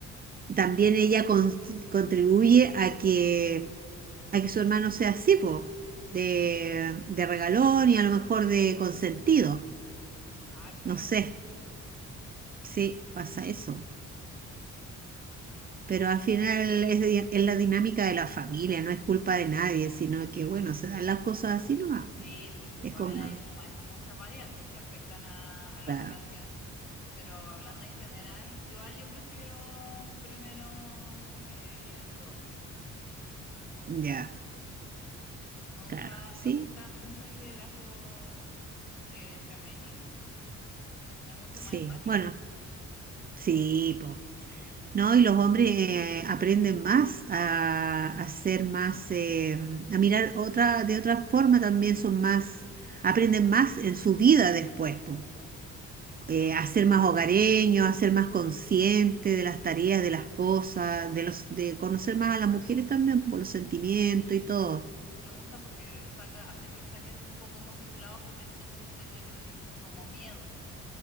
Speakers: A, on the right; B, on the left.
A: también ella con- contribuye a que, a que su hermano sea así, po, de, de regalón y a lo mejor de consentido.
B: Ah, claro,
A: No sé, sí, pasa eso.
B: sí.
A: Pero al final es, di- es la dinámica de la familia, no es culpa de nadie, sino que, bueno, se dan las cosas así, ¿no? Ah,
B: Sí, pues igual
A: Es como,
B: hay, hay muchas variables que afectan a a la
A: claro,
B: relación. Pero hablando en general, igual yo prefiero primero mujer y después hombre.
A: ya,
B: Me
A: claro,
B: gusta,
A: sí,
B: me gusta mucho el liderazgo eh, femenino. Es mucho
A: sí,
B: más empático.
A: bueno, sí, po. No, y los hombres eh, aprenden más a, a ser más, eh, a mirar otra, de otra forma también son más, aprenden más en su vida después, po.
B: Sí,
A: eh, a ser más hogareño, a ser más consciente de las tareas, de las cosas, de los, de conocer más a las mujeres también por los sentimientos
B: sí.
A: y todo.
B: Me gusta porque saca, hace que saquen un poco más su lado femenino sin tener eh, como miedo,